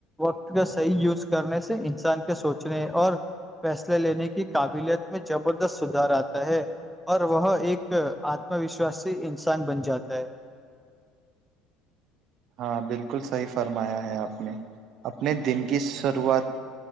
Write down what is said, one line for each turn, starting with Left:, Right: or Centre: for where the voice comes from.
Centre: وقت کا صحیح یوز کرنے سے انسان کے سوچنے اور فیصلے لینے کی قابلیت میں زبردست سدھار آتا ہے اور وہ ایک آتم وشاسی انسان بن جاتا ہے
Right: ہاں بالکل صحیح فرمایا ہے آپ نے اپنے دن کی شروعات